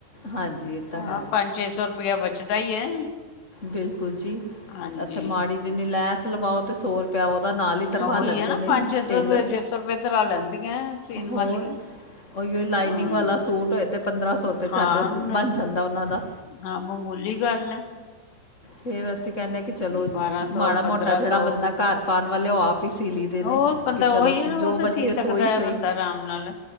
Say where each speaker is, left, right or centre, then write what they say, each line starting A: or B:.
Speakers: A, on the left; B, on the left.
A: ਹਾਂਜੀ ਇਹ ਤਾਂ ਹੈ
B: ਹਾਂ ਪੰਜ ਛੇ ਸੌ ਰੁਪਇਆ ਬਚਦਾ ਹੀਈ ਹੈ।
A: ਬਿਲਕੁਲ ਜੀ
B: ਹਾਂਜੀ
A: ਇੱਥੇ ਮਾੜੀ ਜਿੰਨੀ ਲੈਸ ਲਵਾਓ ਤਾਂ ਸੌ ਰੁਪ ਪਿਉ ਉਹਦਾ ਨਾਲ ਹੀ ਕਰਵਾ
B: ਉਹੀ
A: ਲੈਂਦੇ
B: ਹੈ ਨਾ
A: ਨੇ
B: ਪੰਜ ਛੇ ਸੌ
A: ਟੇਲਰ
B: ਰੁਪਏ ਛੇ ਸੌ ਰੁਪਏ ਤੇ ਲਾ ਲੈਂਦੀਆਂ ਸੀਨ
A: ਹੋਰ
B: ਵਾਲੀਆਂ
A: ਉਹੀ ਲਾਈਨਿੰਗ
B: ਹਾਂ
A: ਵਾਲਾ ਸੂਟ ਹੋਏ ਤੇ ਪੰਦਰਾਂ ਸੌ ਰੁਪਏ ਚੱਟ
B: ਹਾਂ
A: ਬਣ ਜਾਂਦਾ ਉਹਨਾਂ ਦਾ।
B: ਹਾਂ ਮਾਮੂਲੀ ਗੱਲ ਹੈ
A: ਫੇਰ ਅਸੀਂ ਕਹਿੰਦੇ ਹਾਂ ਕਿ ਚਲੋ
B: ਬਾਰਾਂ ਸੌ
A: ਮਾੜਾ
B: ਪੰਦਰਾਂ
A: ਮੋਟਾ ਜਿਹੜਾ
B: ਸੌ
A: ਬੰਦਾ ਘਰ ਪਾਉਣ ਵਾਲੇ ਉਹ ਆਪ ਹੀ ਸੀ ਲਈ ਦੇ ਨੇ।
B: ਉਹ ਬੰਦਾ
A: ਕਿ ਚਲੋ
B: ਉਹੀ ਨਾ
A: ਜੋ
B: ਉਹ
A: ਬਚੇ
B: ਤਾਂ ਸੀ ਸਕਦਾ
A: ਸੋ ਹੀ ਸਹੀ
B: ਹੈ ਬੰਦਾ ਆਰਾਮ ਨਾਲ